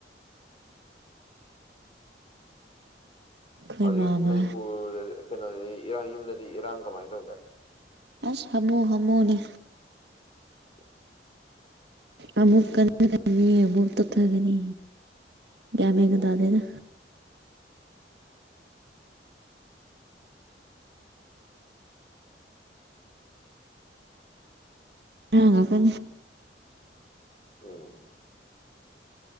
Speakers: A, on the right; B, on the left.
A: ꯑꯩꯈꯣꯏ
B: ꯍꯧꯖꯤꯛ
A: ꯃꯥꯝꯃ
B: ꯃꯅꯤꯄꯨꯔꯗ ꯀꯩꯅꯣꯗꯗꯤ ꯏꯔꯥꯡ ꯌꯨꯝꯗꯗꯤ ꯏꯔꯥꯡ ꯀꯃꯥꯏꯅ ꯇꯧꯒꯦ
A: ꯑꯁ ꯍꯃꯨ ꯍꯃꯨꯅꯤ
B: ꯎꯝ
A: ꯑꯃꯃꯨꯛ ꯀꯅꯤ ꯑꯃꯃꯨꯛ ꯇ ꯈꯒꯅꯤ ꯒꯃꯦꯒꯗꯗꯥꯗꯦꯗ
B: ꯑꯣ
A: ꯑꯉ ꯀ
B: ꯑ